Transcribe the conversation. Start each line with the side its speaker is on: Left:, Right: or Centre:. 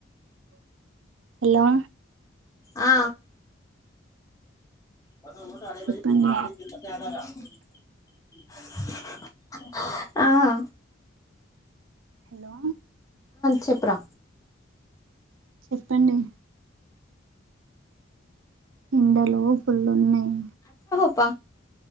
Right: హలో
Left: ఆ <unintelligible>
Right: చెప్పండి
Left: ఆ
Right: హలో
Left: చెప్పురా
Right: చెప్పండి ఎండలు పుల్లున్నాయి.
Left: ప్ప